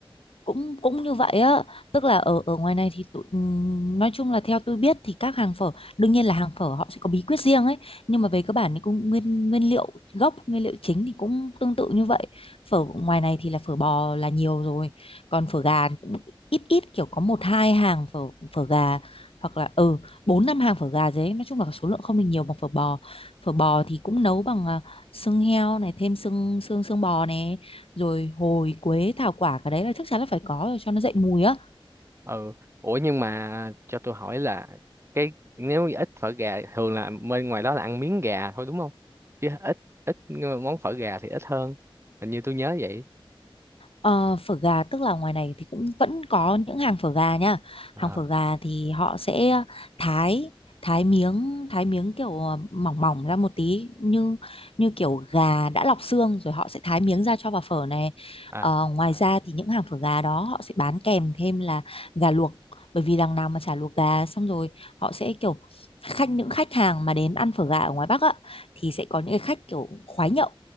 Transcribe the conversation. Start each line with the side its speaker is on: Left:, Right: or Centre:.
Left: cũng cũng như vậy á tức là ở ở ngoài này thì tụi ừm, nói chung là theo tôi biết thì các hàng phở đương nhiên là hàng phở họ sẽ có bí quyết riêng ấy nhưng mà về cơ bản thì cũng nguyên nguyên liệu gốc nguyên liệu chính thì cũng tương tự như vậy phở ngoài này thì là phở bò là nhiều rồi còn phở gà thì cũng ít ít kiểu có một hai hàng phở phở gà hoặc là ừ bốn năm hàng phở gà đấy nói chung là số lượng không được nhiều bằng phở bò phở bò thì cũng nấu bằng à, xương heo này thêm xương xương xương bò này rồi hồi quế thảo quả cái đấy là chắc chắn là phải có rồi cho nó dậy mùi á
Right: ừ ủa nhưng mà cho tôi hỏi là cái nếu như ít phở gà thường là bên ngoài đó là ăn miếng gà thôi đúng không chứ ít ít món phở gà thì ít hơn hình như tôi nhớ vậy
Left: Ờ, phở gà tức là ngoài này thì cũng vẫn có những hàng phở gà nha.
Right: à
Left: Hàng phở gà thì họ sẽ thái thái miếng thái miếng kiểu ờ, mỏng mỏng ra một tí như như kiểu gà đã lọc xương rồi họ sẽ thái miếng ra cho vào phở này.
Right: à
Left: Ờ, ngoài ra thì những hàng phở gà đó họ sẽ bán kèm thêm là gà luộc bởi vì đằng nào mà chả luộc gà xong rồi họ sẽ kiểu khách những khách hàng mà đến ăn phở gà ở ngoài Bắc á thì sẽ có những cái khách kiểu khoái nhậu